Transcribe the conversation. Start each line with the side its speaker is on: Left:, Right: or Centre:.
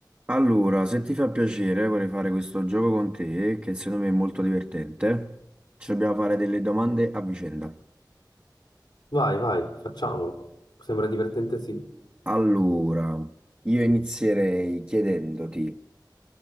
Right: Allora, se ti fa piacere, vorrei fare questo gioco con te, che secondo me è molto divertente. Ci dobbiamo fare delle domande a vicenda.
Left: Vai, vai, facciamolo. Sembra divertente, sì.
Right: Allora, io inizierei chiedendoti,